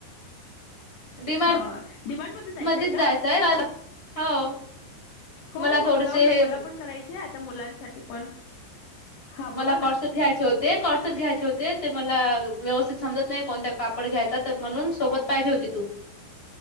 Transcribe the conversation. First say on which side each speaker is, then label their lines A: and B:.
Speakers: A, on the left; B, on the left.
A: डीमार
B: हा डिमांड मध्ये
A: मध्येच
B: का
A: जायचंय क हो.
B: हो
A: मला
B: हो
A: थोडेसे
B: जाऊ ना
A: हे
B: मला पण करायची आहे आता मुलांसाठी पण. हा
A: मला
B: बोला ना
A: कोट सेट घ्यायचे होते कॉट सेट घ्यायचे होते. ते ते मला व्यवस्थित समजत नाही कोणत्या कापड घ्यायचा तर म्हणून सोबत पाहिजे होती तू.